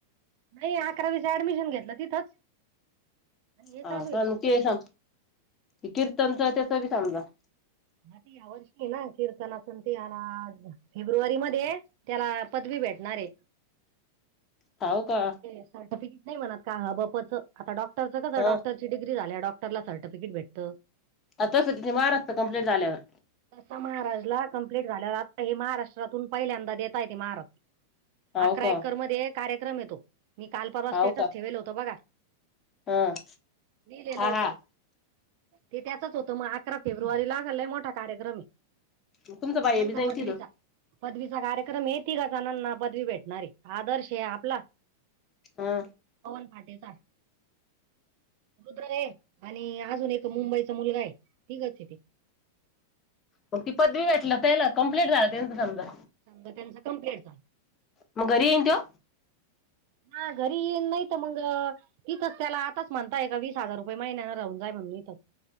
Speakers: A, on the right; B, on the left.
A: नाही अकरावीच ऍडमिशन घेतलं तिथंच. आणि हे
B: हा
A: चालू
B: का
A: आहे
B: ते स कीर्तनच त्याच बी समजा.
A: आ ते या वर्षी आहे ना कीर्तनातून ते फेब्रुवारी मध्ये आहे त्याला पदवी भेटणार आहे.
B: हाव का
A: सर्टिफिकेट नाही म्हणत का ह बपच आता डॉक्टरच कस
B: ह
A: डॉक्टर डिग्री झाल्या डॉक्टरला सर्टिफिकेट भेटत
B: आ तसं ति मारत कामंप्लीट झाल्यावर
A: तसा महाराजला कंप्लीट झाल्या आता हे महाराष्ट्रातून पहिल्यांदा देता येत महाराज
B: हाव
A: अकरा
B: का
A: एकर मध्ये कार्यक्रम येतो मी काल परवा स्टेटस
B: हाव का
A: ठेवेल होत बघा
B: हा
A: लिहिलेलं होतं
B: हा.
A: ते त्याचच होतं मग अकरा फेब्रुवारी लागलय मोठा कार्यक्रम आहे.
B: मग तुमचं बाह्य
A: त्यांचा
B: बी जाईन
A: पदवीचा.
B: तिथं
A: पदवीचा कार्यक्रम येेत काचणना पदवी भेटणारी आदर्श आहे आपला
B: हा.
A: पवन पाटेचा रुद्र रे. आणि अजून एक मुंबईचा मुलगा आहे तिघंच आहे ते.
B: मग ती पदवी भेटल पला कमप्लीट झालं त्यांच समजा
A: सांग त्यांच कमप्लेट झालं.
B: मग घरी येईन त्यो
A: हा घरी येन नाही तर मग अ. इथंच त्या आताच म्हणता येय का वीस हजार रुपये महिन्यां राहून जाय म्हणून इथच